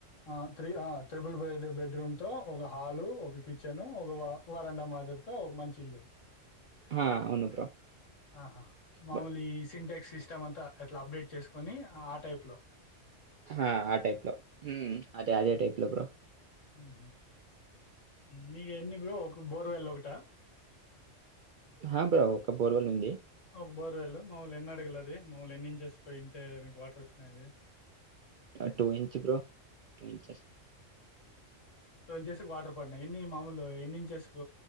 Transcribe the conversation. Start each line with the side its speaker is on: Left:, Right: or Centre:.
Left: ఆ త్రి త్రిపుుల్ బెడ్రూమ్ తో ఒక హాలు ఒక కిచెన్ ఒక వర వరండ మాదిరీ ఇంకా ఒక మంచి ఇల్లు
Right: హా అవును బ్రో
Left: ఆహా మాముూలి
Right: బ
Left: సింటెక్ సిస్టమ్ అంతా అట్లా అప్డేట్ చేసుకొని ఆ టైప్లో
Right: ఆ ఆ టైప్ లో అదే అదే టైప్ లో లే బ్రో
Left: హు హ్మ్మ్ మీగ ఎన్ని బ్రో ఒక బోర్వెల్ ఒకట
Right: ఆ బ్రో ఒక బోర్వల్ ఉంది
Left: ఒక బోర్వేల్ మామముల్లు ఎన్ని అడగలది మామముల్ని ఎన్ని ఇంచేసి పోయింటే మీకు వాటర్ వచ్చినాయిది
Right: two inch bro two inches
Left: two inches water పడినాయి ఎన్ని మామములు ఎన్నించేసి